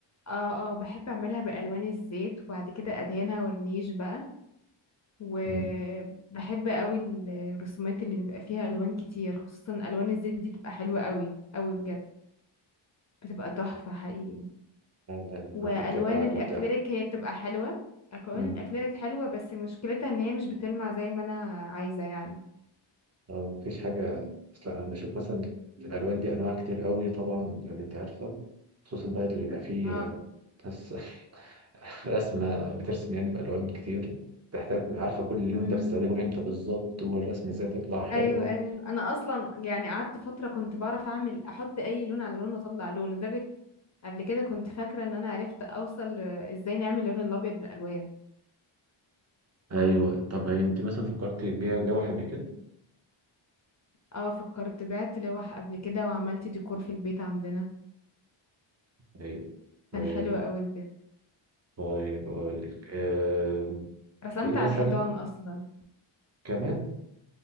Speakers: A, on the left; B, on the right.
A: اه اه بحب اعملها بالوان الزيت وبعد كده ادهنها ورنيش بقى وبحب
B: مم.
A: قوي الرسومات اللي بيبقى فيها الوان كتير خصوصا الوان الزيت دي بتبقى حلوة قوي قوي بجد بتبقى تحفة حقيقي
B: لا لا، الناس
A: والوان
B: دي بتبقى
A: الاكليريك
B: مبدعة
A: هي بتبقى حلوه الوان
B: مم.
A: الاكليريك حلوه بس مشكلتها ان هي مش بتلمع زي ما انا عايزه يعني
B: آه، مفيش حاجة بس لا انا بشوف مثلا في الالوان دي انواع كتير قوي طبعا لما انت عارفه خصوصا بقى اللي بيبقى فيه
A: اه
B: آه، ناس <laughs> رسمه بترسم يعني بالوان كتير تحتاج عارفه كل لون
A: مم.
B: ده بتستخدمه امتى بالظبط والرسمه ازاي تطلع حلوه
A: ايوه ايوه انا اصلا يعني قعدت فتره كنت بعرف اعمل احط اي لون على لون اطلع لون لدرجه قبل كده كنت فاكره ان انا عرفت اوصل آه، ازاي نعمل اللون الابيض بالالوان
B: ايوه طب هي انت مثلا فكرت تبيع لوحه قبل كده
A: اه فكرت بعت لوح قبل كده وعملت ديكور في البيت عندنا
B: ايوه طيب
A: كان حلو قوي بجد
B: طيب اقول لك آه...
A: رسمت
B: ايه مثلا
A: على الحيطان اصلا
B: كمان